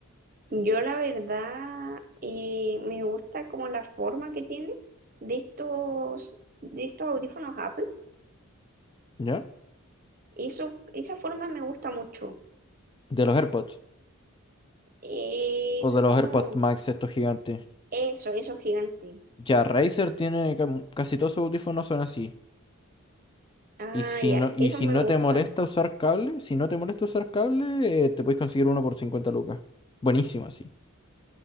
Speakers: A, on the right; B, on the left.
A: Yo la verdad eh, me gusta como la forma que tiene de estos, de estos audífonos Apple.
B: ¿ya?
A: Eso, esa forma me gusta mucho.
B: De los AirPods.
A: Eh,
B: O de los
A: no,
B: AirPods Max, estos gigantes.
A: eso, eso gigante.
B: Ya Razer tiene ca- casi todos sus audífonos son así.
A: Ah,
B: Y si
A: ya,
B: no, y
A: esos
B: si
A: me
B: no
A: gustan.
B: te molesta usar cable, si no te molesta usar cable, eh, te puedes conseguir uno por 50 lucas. Buenísimo así.